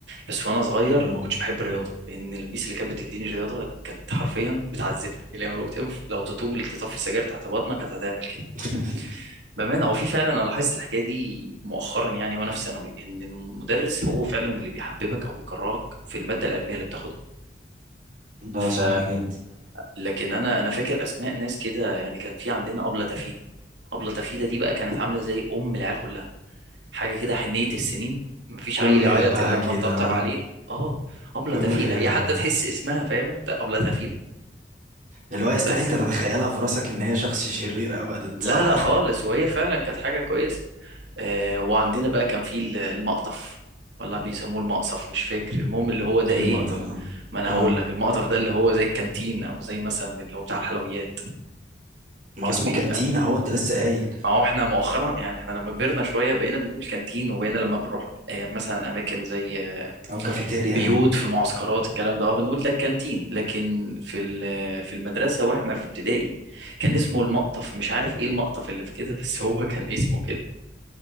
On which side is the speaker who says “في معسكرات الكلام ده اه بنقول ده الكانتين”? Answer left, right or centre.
Right